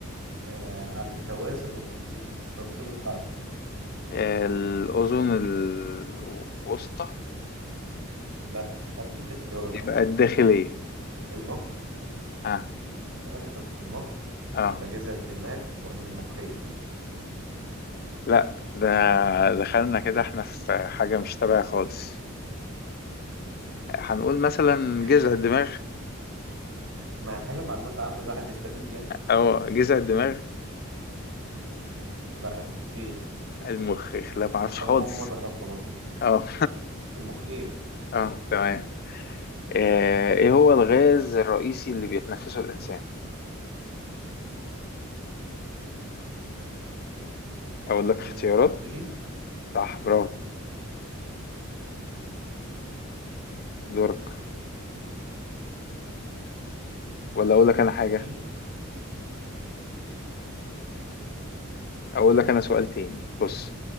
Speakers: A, on the right; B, on the left.
A: آه عن التوازن وتنسيق تنسيق الحركة
B: الأذن الوسطى
A: لا أديك اختيارات
B: يبقى
A: أحسن
B: الداخلية
A: المخ
B: اه
A: ثواني بس المخ
B: اه
A: ولا جذع الدماغ ولا المخيخ
B: لا ده دخلنا كده احنا في حاجة مش تبع خالص هنقول مثلا
A: <laughs>
B: جذع الدماغ
A: ما حاجة معلومات عامة الواحد بيستفيد يعني
B: او جذع الدماغ
A: لا المخيخ
B: المخ لا معرفش خالص
A: أنا أول مرة أعرفها برضه
B: اه
A: المخيخ
B: <laughs> اه تمام آه، ايه هو الغاز الرئيسي اللي بيتنفسه الانسان اقول لك
A: آه،
B: اختيارات
A: أكسجين
B: صح برافو دورك ولا اقول لك انا حاجة
A: أكسجين
B: اقول لك انا سؤال تاني بص